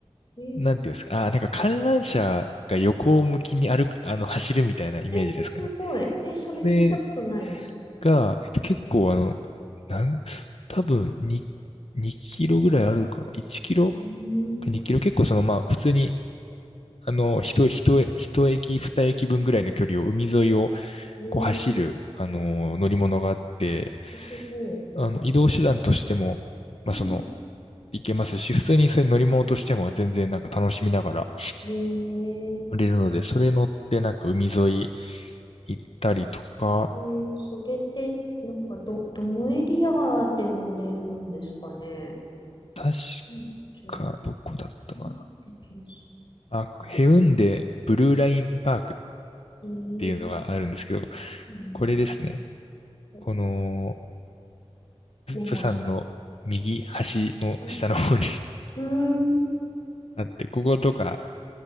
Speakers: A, on the left; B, on the left.
A: えー、
B: なんていうんですか、あー、なんか観覧車が横向きに歩く、あの、走るみたいなイメージですかね。
A: え、すごい。え、それ聞いたことないです。
B: それが、えっと、結構あの、なん、多分2、2キロぐらいあるかな ?1 キロ
A: うーん、
B: ?2 キロ結構そのまあ普通にあの、一、一、一駅、二駅分ぐらいの距離を海沿いを
A: えー、
B: こう走る、あの、乗り物があって、
A: すごい。
B: あの、移動手段としても、まあ、
A: うん
B: その、行けますし、普通にそれ乗り物としても全然なんか楽しみながら
A: うんえー、
B: 乗れるので、それ乗ってなんか海沿い行ったりとか、
A: えーそれって、なんか、ど、どのエリアで乗れるんですかね
B: 確
A: うん、で、
B: かどこだったかな。
A: うん、で検索。
B: あ、ヘウンデブルーラインパークっ
A: えー
B: ていうのがあるんですけど、
A: うん。
B: これですね。
A: えっと、
B: この、
A: メモし、
B: プサンの右端の下の方に
A: うん。
B: <laughs>
A: うーん。
B: あって、こことか、